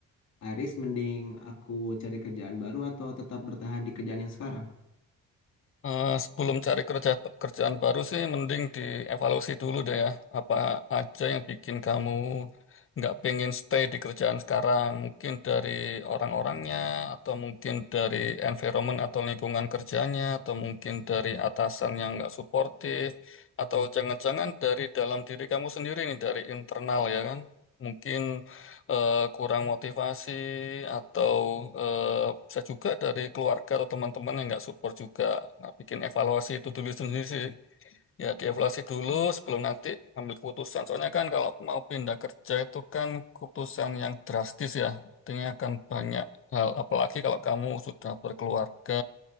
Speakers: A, on the left; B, on the left.
A: Aris mending aku cari kerjaan baru atau tetap bertahan di kerjaan yang sekarang?
B: Eh, sebelum cari kerja kerjaan baru sih, mending dievaluasi dulu deh ya. Apa aja yang bikin kamu nggak pengen stay di kerjaan sekarang? Mungkin dari orang-orangnya, atau mungkin dari environment atau lingkungan kerjanya, atau mungkin dari atasan yang nggak suportif, atau jangan-jangan dari dalam diri kamu sendiri nih, dari internal ya kan? Mungkin eh, kurang motivasi atau eh, bisa juga dari keluarga atau teman-teman yang nggak support juga. Nah, bikin evaluasi itu dulu sendiri sih. Ya, dievaluasi dulu sebelum nanti ambil keputusan. Soalnya kan kalau mau pindah kerja itu kan keputusan yang drastis ya. Artinya akan banyak hal. Apalagi kalau kamu sudah berkeluarga